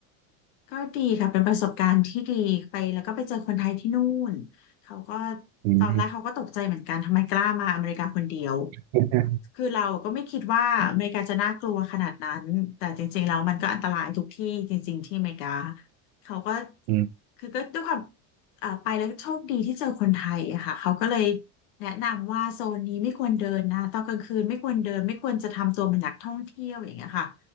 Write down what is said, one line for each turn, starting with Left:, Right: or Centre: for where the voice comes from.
Left: ก็ดีค่ะเป็นประสบการณ์ที่ดีไปแล้วก็ไปเจอคนไทยที่นู่นเขาก็
Right: อืม
Left: ตอนแรกเขาก็ตกใจเหมือนกันทำไมกล้ามาอเมริกาคนเดียว
Right: อ
Left: คือเราก็ไม่คิดว่าอเมริกาจะน่ากลัวขนาดนั้นแต่จริงๆแล้วมันก็อันตรายทุกที่จริงๆที่อเมริกาเขาก็
Right: ืม
Left: คือก็ด้วยความอ่าไปแล้วโชคดีที่เจอคนไทยอะค่ะเขาก็เลยแนะนำว่าโซนนี้ไม่ควรเดินนะตอนกลางคืนไม่ควรเดินไม่ควรจะทำตัวเป็นนักท่องเที่ยวอย่างเงี้ยค่ะ